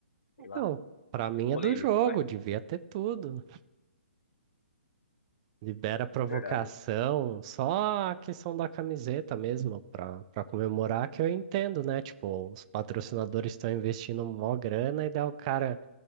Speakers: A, on the left; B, on the right.
A: sei lá,
B: Não, para mim
A: é polêmico,
B: é do jogo,
A: mas
B: devia ter tudo. Libera a provocação,
A: verdade, hein?
B: só a questão da camiseta mesmo, para para comemorar que eu entendo, né? Tipo, os patrocinadores estão investindo mó grana e daí o cara